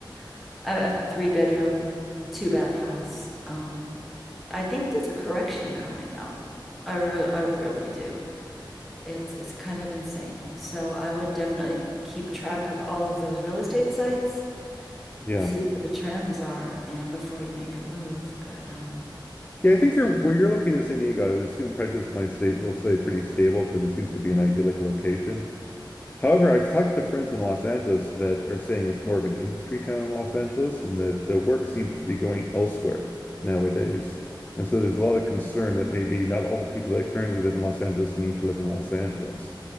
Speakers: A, in the centre; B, on the left (about 20°).
A: <laughs> uh, a uh, three bedroom, two bath house. Um, I think there's a correction coming though. I re I really do. It's it's kind of insane. So I would definitely keep track of all of those real estate sites,
B: yeah.
A: see what the trends are, and before you make a move. But um,
B: Yeah, I think you're where you're located in San Diego, I would assume prices might stay will stay pretty stable because it seems to be an idyllic location. However, I've talked to friends in Los Angeles that are saying it's more of an industry town in Los Angeles and that the work seems to be going elsewhere nowadays. And so there's a lot of concern that maybe not all the people that currently live in Los Angeles need to live in Los Angeles.